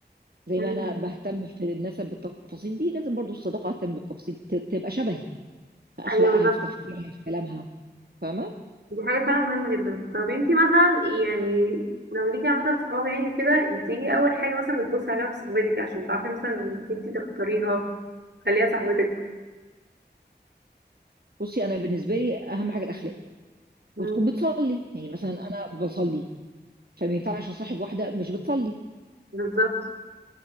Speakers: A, on the right; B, on the right.
A: زي
B: مم.
A: ما انا بهتم في النسب بالتفاصيل دي لازم برضو الصداقه اهتم بالتفاصيل ت- تبقى شبهي في اخلاقها
B: ايوه بالظبط
A: في تفكيرها في كلامها فاهمه
B: دي حاجة فعلا مهمة جدا طب انتي مثلا يعني لو ليكي مثلا صحاب يعني كده انتي ايه اول حاجة مثلا بتبصي عليها في صاحبتك عشان تعرفي مثلا إنك انتي تختاريها تخليها صاحبتك
A: بصي انا بالنسبه لي اهم حاجه الاخلاق
B: مم.
A: وتكون بتصلي يعني مثلا انا بصلي فما ينفعش اصاحب واحده مش بتصلي
B: بالظبط